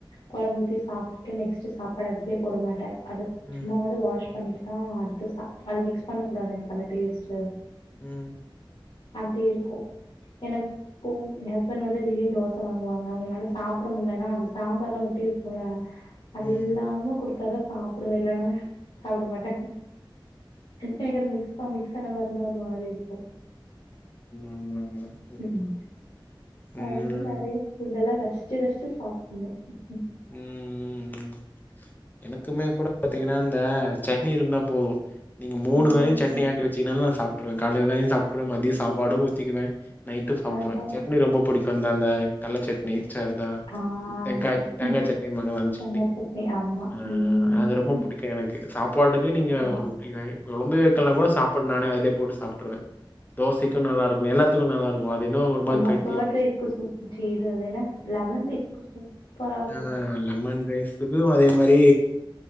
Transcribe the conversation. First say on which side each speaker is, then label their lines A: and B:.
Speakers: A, on the left; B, on the left.
A: குழம்பூஊத்தி சாப்பட்டு நெக்ஸ்ட் சாப்பாடு அதுலயே போட மாட்டேன் அது
B: ம்
A: சும்மாவது வாஷ் பண்ணிட்டு தான் அடுத்த சா அது மிக்ஸ் பண்ண கூடாது எனக்கு அந்த டேஸ்ட்டு
B: ம்
A: அப்டி இருக்கும் எனக்கும் என் ஹஸ்பண்ட் வந்து திடீர்னு தோசை வாங்குவாங்க அவங்கனால சாப்பட முலனா அந்த சாம்பார்லாம் ஒட்டி இருக்கும்ல அது
B: ம்
A: இல்லாம குடுத் அப்ப தான் சாப்படுவேன் இல்லன்னா சாப்பட மாட்டேன் எனக்கு அத மிக்ஸ் பண்ணி <inaudible> இருந்த ஒரு மாரி இருக்கும்
B: ஆமா ஆமா ஆமா
A: ம்
B: உண்மதா
A: அது நேறைய ஃபுட எல்லாம் ரஷ்ட ரசிசுசுசு சாப்படுடனும்
B: ம் ம் ம் எனக்குமே கூட பாத்தீங்கன்னா இந்த சட்னி இருந்தா போதும் மூணு
A: ம்
B: வேளயும் சட்னி ஆட்டி வச்சீன்னால சா ச காலையில சாப்பவேன் மதியம் சாப்பாடு உதிகிவேன் நைட்டு சாப்ருவன்
A: அதா
B: சட்னி ரொம்பிடிக்கும் வந்த அந்த கள்ள சட்னி <inaudible>
A: ஆ
B: தேங்கா
A: ம்
B: சட்னி மங்களம் சட்னி
A: தேங்கா ஆமா
B: ஆ
A: ம்
B: அது ரொம்ப பிடிக்கும் எனக்கு சாப்பாடுக்கு நீங்க
A: ஆமா
B: குழம்பு வைக்கலாம் கூட சாப்பாடு நானே அதுல போட்டு சாப்ட்ருவே தோசைக்கு நல்லா இருக்கு எல்லாத்துக்கு நல்லா இருக்கு அது என்னவோ ஒரு மாரி
A: ஆமா
B: பைத்தியோ
A: பேர்ட் ரைஸ்கு சப்து அதுனா லெமன் ரைஸ்க்கு சூப்பரா இருக்கும்
B: ஆ லெமன் ரைஷ்க்கும் அதே மாரி